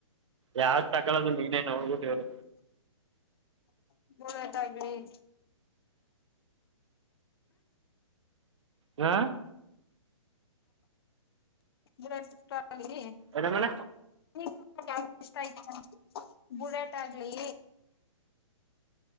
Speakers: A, on the right (about 65°); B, on the left (about 50°).
A: ಯಾವ್ದ ತಕಾಲದು ನೀನೇ ನೋಡ್ಬಿಟ್ಟ ಹೇಳ
B: <unintelligible>
A: ಹಾ
B: <unintelligible>
A: ಅಣಗಣ
B: <unintelligible> ಬುಲೆಟ್ ಆಗ್ಲಿ